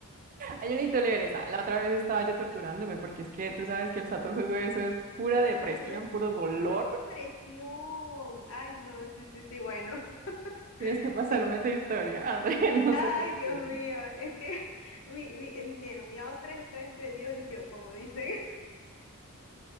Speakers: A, on the right (about 35°); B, on the left (about 65°).
A: Ay, yo necesito leer esa. La otra vez estaba yo torturándome porque es que tú sabes que el Satosu eso es pura depresión,
B: eso es
A: puro dolor.
B: pura depresión. Ay, no, sí, sí, sí, bueno, <laughs>
A: Tienes que pasarme
B: sí.
A: esa historia, André, <laughs> no
B: Ay,
A: se te
B: Dios
A: olvide.
B: mío, es que <laughs> mi, mi, mi, bueno, mi AO3 está entre Dios y yo, como dicen. <laughs>